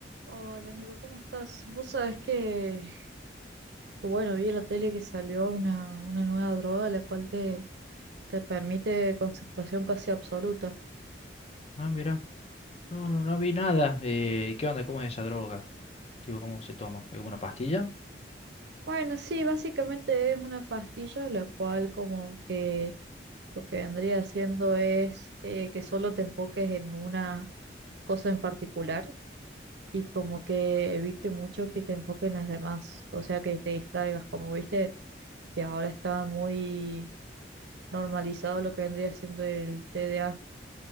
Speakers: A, on the right; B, on the left.
A: Hola Nico, ¿cómo estás? Vos sabés que, que bueno, vi en la tele que salió una, una nueva droga la cual te, te permite concentración casi absoluta.
B: Ah, mira. No, no, no vi nada. Eh, ¿qué onda? ¿Cómo es esa droga? Tipo, ¿cómo se toma? ¿Es como una pastilla?
A: Bueno, sí, básicamente es una pastilla la cual como que lo que vendría haciendo es eh, que solo te enfoques en una cosa en particular y como que evite mucho que te enfoques en las demás, o sea que te distraigas, como viste que ahora estaba muy normalizado lo que vendría siendo el TDA.